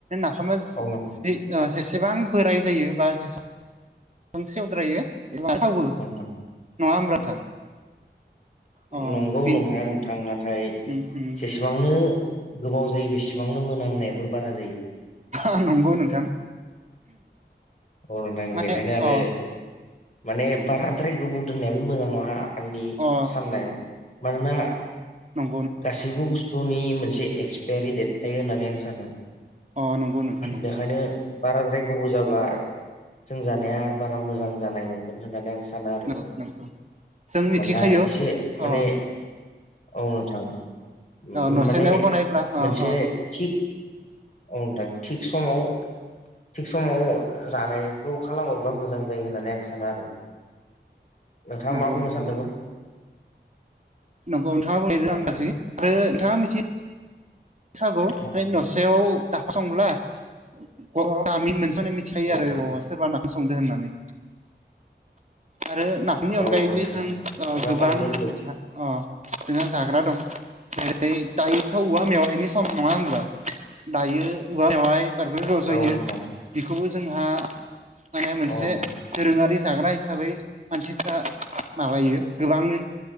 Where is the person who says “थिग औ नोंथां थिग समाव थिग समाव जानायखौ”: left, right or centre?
Left